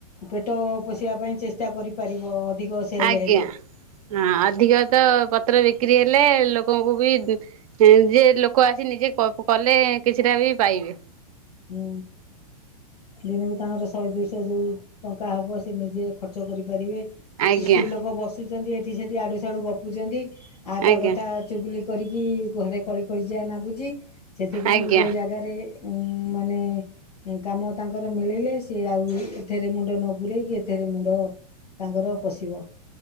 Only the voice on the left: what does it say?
ପେଟ ପୋଷିବା ପାଇଁ ଚେଷ୍ଟା କରିପାରିବ। ଅଧିକ ସେଲ୍
ହେଲେ।
ଓଁ ଦିନକୁ ତାଙ୍କର ଶହେ ଦୁଇଶହ ଯଉ ଟଙ୍କା ହେବ ସେ ନିଜେ ଖର୍ଚ୍ଚ କରିପାରିବେ ।
ସ୍ତ୍ରୀଲୋକ ବସି ସେମିତି ଏଠି ସେଠି ଆଡୁ ସାଡୁ ଗପୁଚନ୍ତି। ଆ ତା
କଥା ଚୁଗଲି କରିକି ଘରେ କଳି କର୍ଯ୍ୟା ନାଗୁଚି। ସେଥିପାଇଁ
ଗୋଟେ ଜାଗାରେ ଉଁ ମାନେ କାମ। ତାଙ୍କର ମିଳିଲେ ସିଏ ଆଉ ତେରେ ମୁଣ୍ଡ ନ ପୂରେଇକି ଏଥିରେ ମୁଣ୍ଡ ତାଙ୍କର ପଶିବ ।